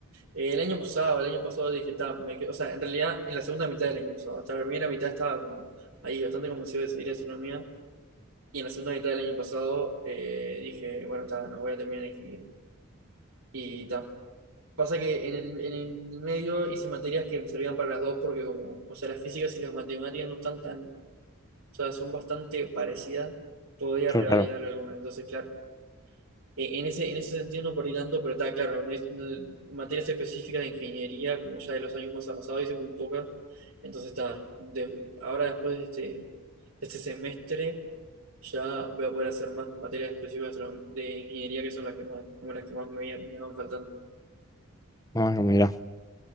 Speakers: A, on the right (about 75°); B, on the left (about 15°).
A: Eh, el año pasado, el año pasado dije, ta, me quedo- o sea, en realidad en la segunda mitad del año pasado, hasta la primera mitad estaba como ahí bastante convencido de seguir astronomía. Y en la segunda mitad del año pasado eh, dije, bueno, ta, no voy a terminar ingeniería. Y ta, Pasa que en el, en el medio hice materias que me servían para las dos porque como, o sea, las físicas y las matemáticas no están tan, o sea, son bastante parecidas, podía
B: Claro.
A: revalidar algunas. Entonces, claro, e- en ese, en ese sentido no perdí tanto, pero está claro, no hice- no- materias específicas de ingeniería, como ya de los años más avanzados, hice muy pocas. Entonces, está, de- ahora después de este, de este semestre ya voy a poder hacer más materias específicas de astronom- de ingeniería que son las que más, como las que más me, me van faltando.
B: Ah, mira,